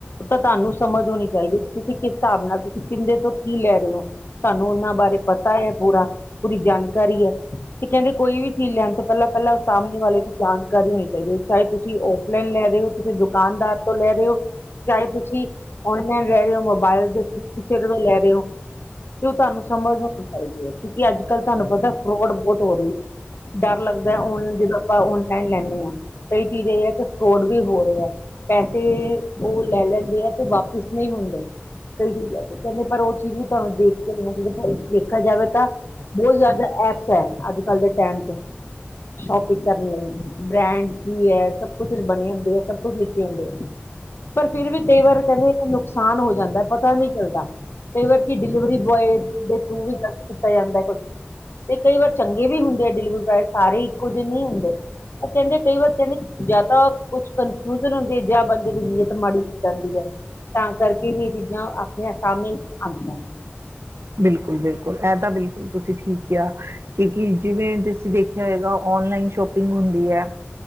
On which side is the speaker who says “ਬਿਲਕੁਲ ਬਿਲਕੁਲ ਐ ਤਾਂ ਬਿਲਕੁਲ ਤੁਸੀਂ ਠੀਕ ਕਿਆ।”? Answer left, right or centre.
Right